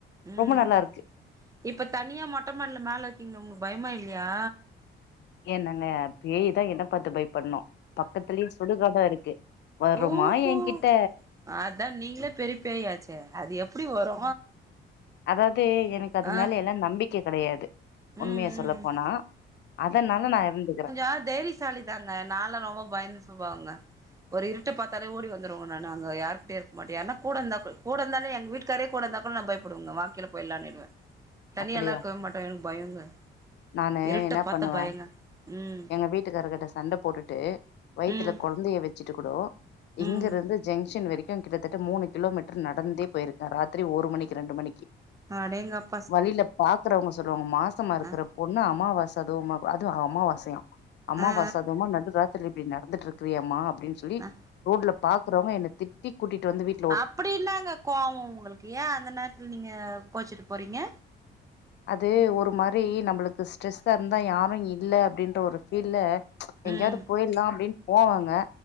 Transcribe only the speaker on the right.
ம்
இப்ப தனியா மொட்டமாடியில மேல இருக்கீங்க உங்களுக்கு பயமா இல்லயா
ஓஹோ
அதா நீங்களே பெரிய பேயாச்சே அது எப்படி வரு
ஆ
ம் ம்
ஆ தைரிஸ் சாலி தாங்க நாலா ரொம்ப பயந்த சுபாவுங்க ஒரு இருட்ட பாத்தாலே ஓடி வந்துருவங்க நானு அங்க யாரு கூடயு இருக்க மாட்ட யார்னா கூட இந்தா கூ கூட இருந்தாலே எங்க வீட்டு காரே கூட இருந்தா கூட நா பயப்புடுவங்க வா கீல போய்லான்னிடுவ தனியால்லா
இருக்கவே மாட்ட எனக்கு பயங்க
இருட்ட
பாத்தா
பயங்க ம்
ம்
ம்
அடேங்கப்
அ
அ
அ
அப்படி என்னாங்க கோவோ உங்களுக்கு ஏ அந்த நேரத்துல நீங்க கோச்சிட்டு போறீங்க
ம்